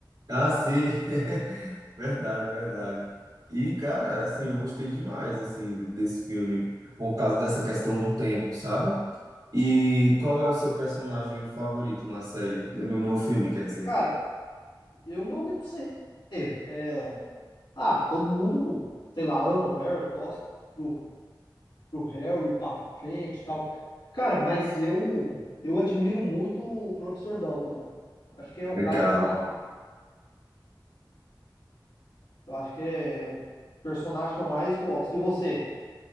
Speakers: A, on the right; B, on the left.
A: Ah, sim. <laughs> Verdade, verdade. E, cara, assim, eu gostei demais, assim, de- desse filme, por causa dessa questão do tempo, sabe? E qual é o seu personagem favorito na série, no, no filme, quer dizer?
B: Cara, eu não me sei. É. Ah, todo mundo, sei lá, ama o Harry, torce pro pro Harry pra frente e tal. Cara, mas eu eu admiro muito o professor Dumbledore. Acho que é o
A: Legal.
B: cara assim que eu acho que é o personagem que eu mais gosto. E você?